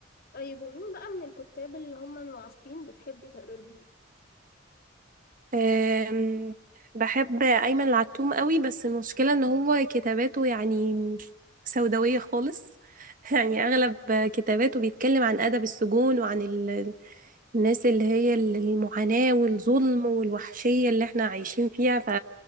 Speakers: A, on the left; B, on the right.
A: طيب ومين بقى من الكتاب اللي هم المعاصرين بتحبي تقري لهم
B: أم، بحب أيمن العتوم قوي بس المشكلة ان هو كتاباته يعني سوداوية خالص <laughs> يعني أغلب كتاباته بيتكلم عن أدب السجون وعن ال- الناس اللي هي المعاناة والظلم والوحشية اللي احنا عايشين فيها